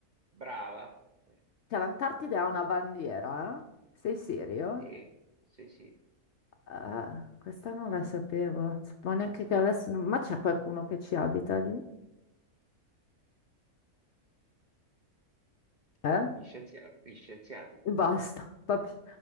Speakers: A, on the right; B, on the left.
A: Brava. Eh,
B: Cioè, l'Antartide ha una bandiera? eh? Sei serio?
A: sì, sì, sì.
B: Ah, questa non la sapevo, non sapevo neanche che avessero, ma c'è qualcuno che ci abita lì? Eh?
A: Gli scienziati, gli scienziati.
B: E basta, <laughs> va bene.